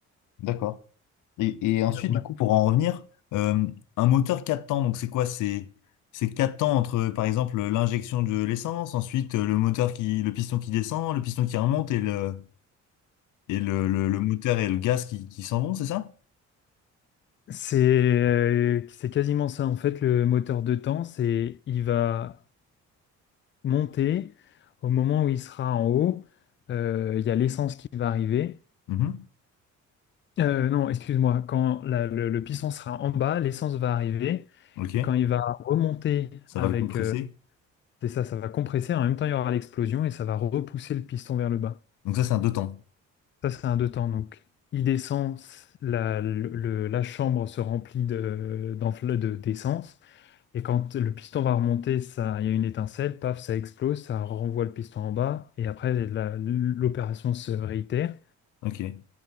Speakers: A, on the left; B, on the left.
A: d'accord. Et, et ensuite,
B: Et donc, maintenant,
A: du coup, pour en revenir, euh, un moteur 4 temps, donc c'est quoi? C'est c'est 4 temps entre, par exemple, l'injection de l'essence, ensuite euh, le moteur qui, le piston qui descend, le piston qui remonte et le et le, le, le moteur et le gaz qui, qui s'en vont, c'est ça?
B: c'est euh, c'est quasiment ça. En fait, le moteur de temps, c'est il va monter au moment où il sera en haut. euh, Il y a l'essence qui va arriver.
A: Mhm.
B: Euh, non, excuse-moi. Quand la- le, le piston sera en bas, l'essence va arriver.
A: Ok,
B: Et quand il va remonter
A: ça
B: avec...
A: va le compresser.
B: euh, c'est ça, ça va compresser. En même temps, il y aura l'explosion et ça va repousser le piston vers le bas.
A: Donc ça, c'est un deux temps.
B: Ça, c'est un deux temps. Donc, il descend, la, le- le- la chambre se remplit de, d'enfle- de- d'essence. Et quand le piston va remonter, ça, il y a une étincelle, paf, ça explose, ça renvoie le piston en bas. Et après, la- l'opération se réitère.
A: Ok.